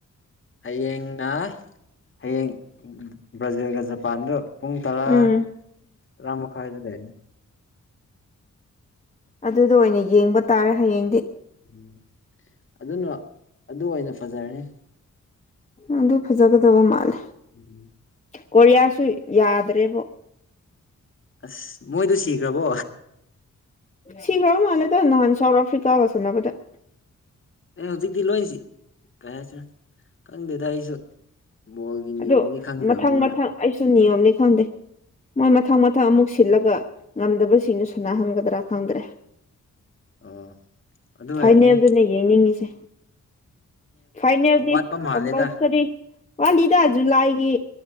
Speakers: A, on the left (about 40°); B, on the left (about 20°).
A: ꯍꯌꯦꯡꯅ ꯍꯌꯦꯡ ꯕ꯭ꯔꯥꯖꯤꯜꯒ ꯖꯄꯥꯟꯗ ꯄꯨꯡ ꯇꯔꯥ
B: ꯎꯝ
A: ꯇꯔꯥ ꯃꯈꯥꯏꯗ ꯂꯩꯅꯤ
B: ꯑꯗꯨꯗ ꯑꯣꯏꯅ ꯌꯦꯡꯕ ꯇꯥꯔꯦ ꯍꯌꯦꯡꯗꯤ
A: ꯎꯝ ꯑꯗꯨꯅ ꯑꯗꯨ ꯑꯣꯏꯅ ꯐꯖꯔꯦ
B: ꯑꯗꯨ ꯐꯖꯒꯗꯕ ꯃꯥꯜꯂꯦ
A: <inaudible>
B: ꯀꫭꯔꯤꯌꯥꯁꯨ ꯌꯥꯗ꯭ꯔꯦꯕꯣ
A: ꯑꯁ ꯃꯣꯏꯗꯨ ꯁꯤꯈ꯭ꯔꯕꯣ
B: ꯁꯤꯒ꯭ꯔ ꯃꯥꯂꯦꯗ ꯅꯍꯥꯟ ꯁꯥꯎꯠ ꯑꯐ꯭ꯔꯤꯀꯥꯒ ꯁꯥꯟꯅꯕꯗ
A: ꯑꯦ ꯍꯧꯖꯤꯛꯇꯤ ꯂꯣꯏꯁꯤ ꯀꯩ ꯍꯥꯏꯁꯤꯅ ꯈꯪꯗꯦꯗ ꯑꯩꯁꯨ ꯕꯣꯜꯒꯤ ꯅꯤꯌꯣꯝꯗꯤ
B: ꯑꯗꯨ
A: ꯈꯪꯗꯕꯅꯤꯅ
B: ꯃꯊꯪ ꯃꯊꯪ ꯑꯩꯁꯨ ꯅꯤꯌꯣꯝꯗꯆ ꯈꯪꯗꯦ ꯃꯣꯏ ꯃꯊꯪ ꯃꯊꯪ ꯑꯃꯨꯛ ꯁꯤꯜꯂꯒ ꯉꯝꯗꯕ ꯁꯤꯡꯗꯨ ꯁꯅꯥ ꯍꯟꯒꯗ꯭ꯔꯥ ꯈꯪꯗ꯭ꯔꯦ
A: ꯑꯣ ꯑꯗꯨ
B: ꯐꯥꯏꯅꯦꯜ
A: ꯑꯣꯏꯔꯅꯤ
B: ꯌꯦꯡꯅꯤꯡꯉꯤꯁꯦ ꯐꯥꯏꯅꯦꯜꯗꯤ
A: ꯋꯥꯠꯄ ꯃꯥꯜꯂꯦꯗ
B: ꯀꯝꯄꯜꯁꯔꯤ ꯋꯥꯠꯂꯤꯗ ꯖꯨꯂꯥꯏꯒꯤ